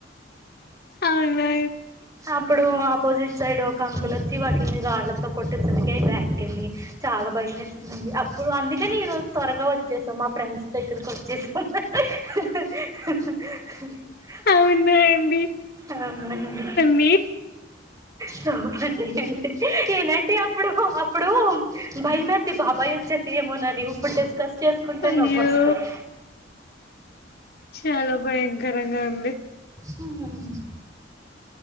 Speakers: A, on the left; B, on the right.
A: అవునా
B: అప్పుడు ఆపోజిట్ సైడ్ ఒక అంకుల్ వచ్చి వాటిని రాళ్లతో కొట్టేసరికి అవి బ్యాక్ చాలా భయమేస్తుందండి అప్పుడు అందుకని ఈ రోజు త్వరగా వచ్చేసాం మా ఫ్రెండ్స్ దగ్గరకి వచ్చేసాం ఆ ఆ హా
A: అవునా అండి
B: అవునండి
A: మీ
B: చపండి అంటే ఏంటంటే అప్పుడు అప్పుడు భయమతి బాబాయ్ వచ్చేసి ఏమోనండి ఇప్పుడు డిస్కస్ చేసుకుంటేనే
A: అయ్యో
B: నవ్వొస్తది
A: చాలా భయంకరంగా ఉంది.
B: స